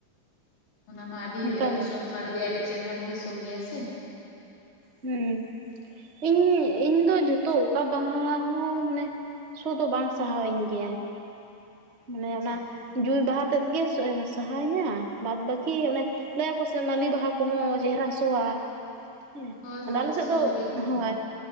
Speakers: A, on the left; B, on the right.
A: ᱚᱱᱟ ᱢᱟ ᱟᱹᱰᱤ
B: ᱚᱱᱠᱟᱜᱮ
A: ᱟᱹᱰᱤ ᱥᱚᱸᱫᱷᱟᱲ ᱜᱮ ᱟᱹᱰᱤ ᱪᱮᱦᱨᱟᱱ ᱜᱮ ᱥᱚ ᱜᱮᱭᱟ ᱥᱮ
B: ᱦᱮᱸ ᱤᱧ ᱤᱧ ᱫᱚ ᱡᱚᱛᱚ ᱚᱠᱟ ᱵᱟᱦᱟ ᱦᱚᱸ ᱢᱟᱱᱮ ᱥᱚ ᱫᱚ ᱵᱟᱝ ᱥᱟᱦᱟᱣᱤᱧ ᱜᱮᱭᱟ ᱢᱟᱱᱮ
A: ᱟᱪᱪᱷᱟ
B: ᱚᱱᱟ ᱡᱩᱭ ᱵᱟᱦᱟ ᱛ ᱜᱮ ᱥ ᱮᱢ ᱥᱟᱦᱟᱭᱤᱧᱟ ᱵᱟᱫ ᱵᱟᱹᱠᱤ ᱚᱱᱮ ᱞᱟᱹᱭᱟᱠᱚ ᱥᱮ ᱢᱟᱹᱞᱤ ᱵᱟᱦᱟ ᱠᱚᱦᱚᱸ ᱪᱮᱦᱨᱟ ᱥᱚᱣᱟ ᱦᱮᱸ
A: ᱦᱳᱭ
B: ᱟᱫᱚ
A: ᱦᱳᱭ
B: ᱟᱞᱮ ᱥᱮᱫ
A: ᱥᱚ
B: ᱫᱚ
A: ᱜᱮᱭᱟ ᱪᱮᱦᱨᱟ
B: ᱦᱳᱭ